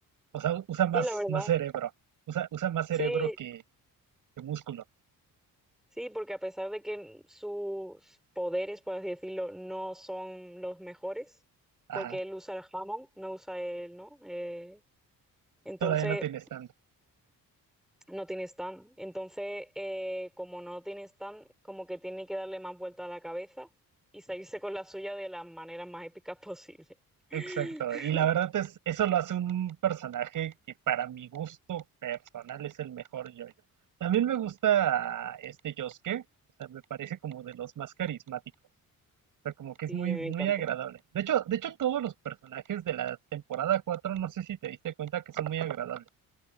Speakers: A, on the right; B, in the centre.
A: o sea, usa más,
B: Sí, la verdad.
A: más cerebro, usa, usa más cerebro
B: Sí,
A: que, que músculo.
B: Sí, porque a pesar de que sus poderes, por así decirlo, no son los mejores,
A: Ajá,
B: porque él usa el jamón, no usa él, ¿no? Eh, entonces
A: todavía no tienes tanto.
B: no tiene stand. Entonces, eh, como no tiene stand, como que tiene que darle más vuelta a la cabeza y salirse con la suya de las maneras más épicas posible. <laughs>
A: Exacto, y la verdad es, eso lo hace un personaje que para mi gusto personal es el mejor yo-yo. También me gusta este Yosuke, o sea, me parece como de los más carismáticos. O sea, como que es
B: Sí,
A: muy,
B: a mí
A: muy
B: me encanta.
A: agradable. De hecho, de hecho, todos los personajes de la temporada 4 no sé si te diste cuenta que son muy agradables.